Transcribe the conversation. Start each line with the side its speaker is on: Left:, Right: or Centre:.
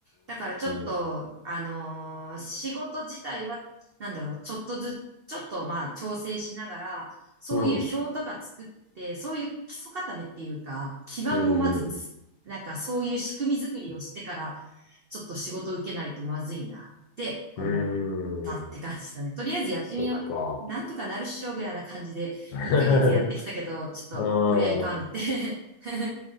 Right: だからちょっと、
Left: うん、
Right: あのー仕事自体は、なんだろう、ちょっとずつ、ちょっとまあ調整しながら、そういう表とか作って、
Left: うん、
Right: そういう基礎固めっていうか、基盤をまずつ、
Left: うん、うん、
Right: なんかそういう仕組み作りをしてから、ちょっと仕事受けないとまずいなって思ったって感じだね。
Left: うん、うん
Right: とりあえずやってみよう。
Left: そっか。
Right: なんとかなるっしょぐらいな感じで、
Left: <laughs>
Right: 1ヶ月やってきたけど、ちょっとこりゃいかんって
Left: うん。<laughs> そ
Right: <laughs>